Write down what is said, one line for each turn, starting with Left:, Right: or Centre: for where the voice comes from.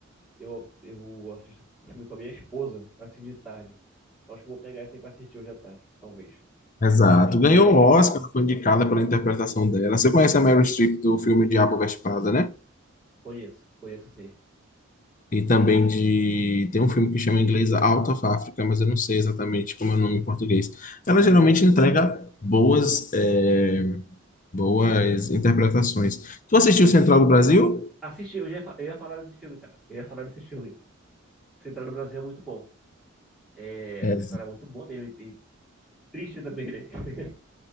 Centre: Eu, eu assisto filme com a minha esposa, assim de tarde. Acho que eu vou pegar essa aí pra assistir hoje à tarde, talvez.
Left: Exato. Ganhou
Centre: É porque eu
Left: o Oscar, foi indicada pela interpretação dela. Você conhece a Meryl Streep do filme Diabo Veste Prada, né?
Centre: conheço, conheço sim.
Left: E também de. Tem um filme que chama em inglês Out of Africa, mas eu não sei exatamente como é o nome em português. Ela geralmente entrega boas, eh, boas interpretações. Tu assistiu Central do Brasil?
Centre: Assisti, eu já ia, fa- eu ia falar desse filme, cara. Eu ia falar desse filme. Central do Brasil é muito bom. É,
Left: É.
Centre: a história é muito boa mesmo e, e triste também, né? <laughs>